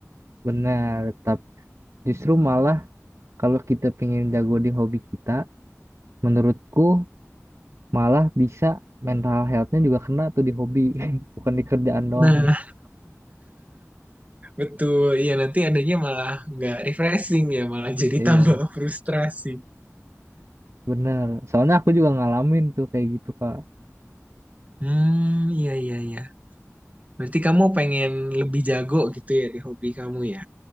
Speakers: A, on the right; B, on the right.
A: Benar, tapi justru malah kalau kita pengen jago di hobi kita, menurutku malah bisa mental health-nya juga kena tuh di hobi, <laughs> bukan di kerjaan doang.
B: Nah, <laughs> betul. Iya, nanti adanya malah nggak refreshing ya, malah <laughs> jadi
A: Iya,
B: tambah frustrasi.
A: benar. Soalnya aku juga ngalamin tuh kayak gitu, Kak.
B: Hmm, iya, iya, iya. Berarti kamu pengen lebih jago gitu ya di hobi kamu ya?